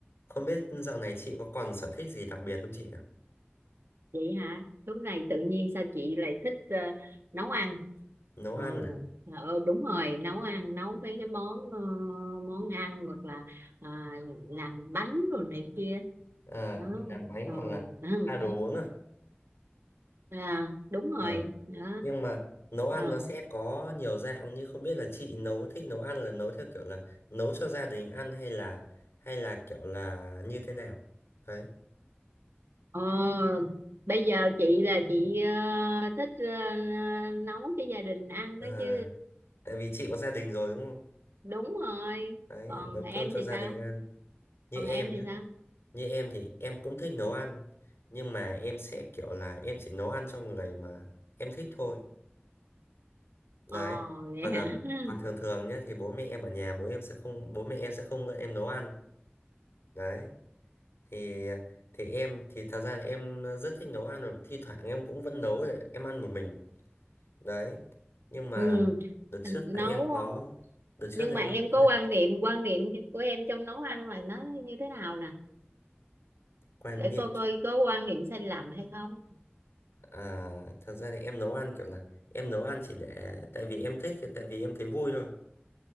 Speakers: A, on the left; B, on the right.
A: Không biết dạo này chị có còn sở thích gì đặc biệt không chị nhỉ?
B: vậy hả lúc này tự nhiên sao chị lại thích ờ, nấu ăn
A: Nấu
B: ờ
A: ăn à?
B: ờ, đúng rồi nấu ăn nấu mấy cái món ờ, món ăn hoặc là à, làm bánh rồi này kia
A: Ờ,
B: đó
A: làm bánh
B: ờ,
A: hoặc là
B: Ừ.
A: à, đồ uống à?
B: à, đúng rồi
A: Ờ.
B: đó
A: Nhưng mà nấu ăn
B: ờ
A: nó sẽ có nhiều dạng như không biết là chị nấu thích nấu ăn là nấu theo kiểu là nấu cho gia đình ăn hay là hay là kiểu là như thế nào? Đấy.
B: Ờ, bây giờ chị là chị ờ, thích ờ, nấu cho gia đình ăn
A: Ờ,
B: đó chứ
A: tại vì chị có gia đình rồi đúng không?
B: đúng rồi
A: Đấy,
B: còn
A: nấu
B: em
A: cơm cho
B: thì
A: gia
B: sao
A: đình ăn. Như
B: còn
A: em
B: em thì
A: nhé,
B: sao
A: như em thì em cũng thích nấu ăn. Nhưng mà em sẽ kiểu là em chỉ nấu ăn cho người mà em thích thôi. đấy
B: ồ vậy
A: còn à,
B: hả <laughs>
A: còn thường thường nhé thì bố mẹ em ở nhà bố em sẽ không bố mẹ em sẽ không mượn em nấu ăn đấy thì thì em thì thật ra là em ờ, rất thích nấu ăn và thi thoảng em cũng vẫn nấu để em ăn một mình đấy nhưng mà
B: ừ.
A: đợt trước
B: nấu
A: là em có đợt trước
B: nhưng
A: là
B: mà
A: em
B: em có
A: có
B: quan niệm quan niệm của em trong nấu ăn là nó như thế nào nè
A: quan
B: để
A: niệm
B: coi coi có quan niệm sai lầm hay không
A: à, thật ra thì em nấu ăn kiểu là em nấu ăn chỉ để tại vì em thích tại vì em thấy vui thôi